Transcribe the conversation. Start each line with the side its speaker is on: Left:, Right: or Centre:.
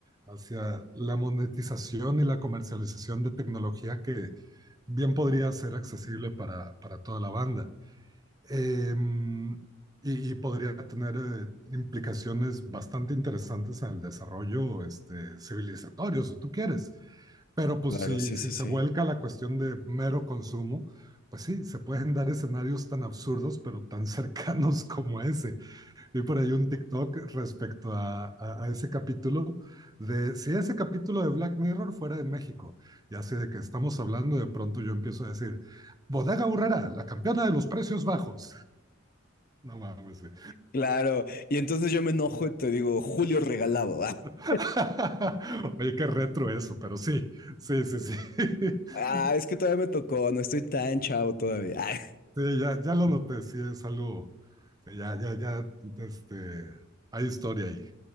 Right: hacia la monetización y la comercialización de tecnología que bien podría ser accesible para, para toda la banda. Eh, y, y podría tener eh, implicaciones bastante interesantes en el desarrollo este, civilizatorio, si tú quieres. Pero pues
Left: Claro,
Right: si,
Left: sí,
Right: si
Left: sí, sí.
Right: se vuelca a la cuestión de mero consumo, pues sí, se pueden dar escenarios tan absurdos, pero tan <laughs> cercanos como ese. Vi por ahí un TikTok respecto a, a, a ese capítulo de si ese capítulo de Black Mirror fuera en México, y así de que estamos hablando, de pronto yo empiezo a decir, Bodega Urrera, la campeona de los precios bajos. No mames, güey.
Left: Claro, y entonces yo me enojo y te digo, Julio regalado. <laughs>
Right: <laughs> Oye, qué retro eso, pero sí, sí, sí, sí. <laughs>
Left: Ah, Ah, es que todavía me tocó, no estoy tan chavo todavía.
Right: Sí, ya, ya lo noté, sí, es algo, sí, ya, ya, ya, este, hay historia ahí.